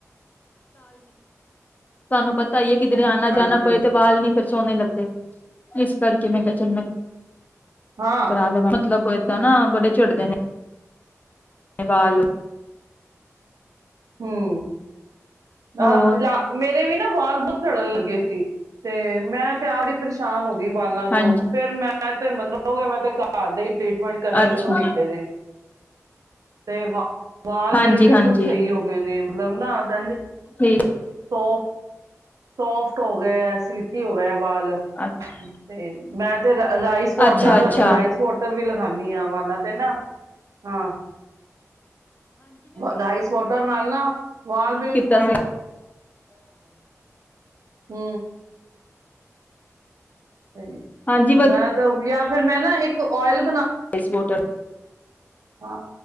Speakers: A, on the left; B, on the right.
A: ਬ ਬ <unintelligible> ਕਿਦਰਿ ਆਣਾ
B: ਹਾਂਜੀ
A: -ਜਾਣਾ ਪਏ ਤੇ ਵਾਲ ਨ ਸੋਹਣੇੇ ਲੱਗਦੇ ਇਸ ਕਰਕੇ ਮੈਂ ਕਿਹਾ ਚਲ ਮੈਂ
B: ਹਾਂ
A: ਪਰਲ <unintelligible> ਮਤਲਬ ਏਦਾਂ ਨਾ ਬੜੇ ਝਿੜਦੇ ਨੇ ਵਾਲ ਲੋ
B: ਹਮ।
A: ਹੋਰ
B: ਅ ਲ ਮੇ <unintelligible> ਵੀ ਨਾ ਵਾਲ ਬੜੇ ਚੜਨ ਲੱਗੇ ਸੀ ਤੇ ਮੈਂ ਆਪ ਹੀ ਪਰੇਸ਼ਾਨ ਹੋ ਗਈ ਵਾਲਾਂ
A: ਹਾਂਜੀ
B: ਤੋਂ ਫੇਰ ਮੈਂ ਸਤ ਤੇ ਮੰਨੋਗੇ ਮੈਂ ਤੇ ਘਰ ਦੇ ਹੀ ਟੀਟਮੈਂਟ ਕਰਨੇ
A: ਅੱਛਾ
B: ਸ਼ੁਰੂ ਕੀਤੇ ਜੇ, ਤੇ ਵਾਲ
A: ਹਾਂਜੀ
B: ਮੇਰੇ ਬਿਲਕੁਲ
A: ਹਾਂਜੀ
B: ਸਹੀ ਹੋ ਗਏ। ਨੇ ਮਤਲਬ ਨਾ ਸਾਂਝ <unintelligible>
A: ਠੀਕ।
B: ਹੋ ਸੋਫਟ ਹੋ ਗਏ ਸਿਲਕੀ ਹੋ ਗਏ ਆਏ। ਞਾਲ
A: ਅੱਛਾ
B: ਤੇ ਮੈਂ ਤੇ ਰਾਈਸ ਵਾਟਰ
A: ਅੱਛਾ ਅੱਛਾ
B: ਰਾਈਸ ਵਾਟਰ ਵੀ ਲੈ ਗਾਦੀ। ਠੀਆਂ ਵਾਲਾ ਤੇ ਨਾ, ਹਾਂ - ਰਾਈਸ ਵੋਟਰ ਨਾਲ ਨਾ ਵਾਲ ਬਿਲ
A: ਕਿ ਕੀਤਾ
B: ਹੂ ਸਹੀ
A: ਹਾਂਜੀ
B: ਮੈਂ ਤਾਂ ਜਾਂ ਫਿਰ ਮੈਂ ਨਾ ਇੱਕ ਤੋ ਔਇਲ
A: ਇਸ ਮੋਟਰ
B: ਹਾਂ